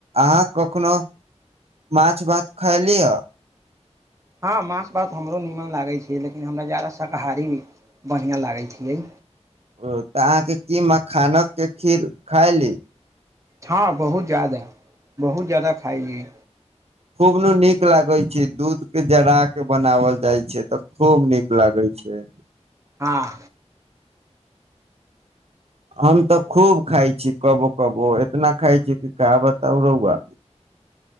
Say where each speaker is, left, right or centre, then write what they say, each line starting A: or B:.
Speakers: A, on the right (about 60°); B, on the right (about 25°).
A: अहाँ कखनो माछ भात खायली ह
B: हँ माँास भात हमरो निमन लागै छै लेकिन हमरा ज्यादा शाकाहारी बढ़िआँ लागैत छियै
A: ओ तऽ अहाँके की मखानकके खीर खाय ली
B: हँ बहुत ज्यादा बहुत जादा खाइ
A: खूब ने नीक लागैत छै दूधके जरा कऽ बनाओल जाइत छै तऽ खूब नीक लागैत छै
B: हँ
A: हम तऽ खूब खाइ छी कबो कबो इतना खाइ छीय कि का बताउ रौआ